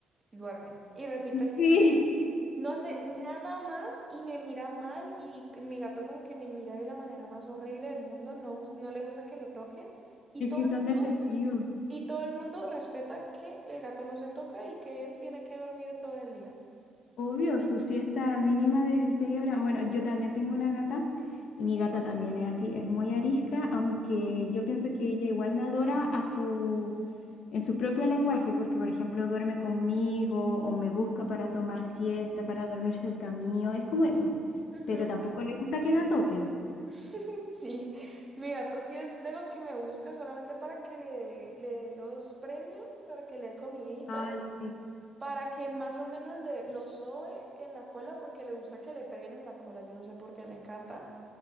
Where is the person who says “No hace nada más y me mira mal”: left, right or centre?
Right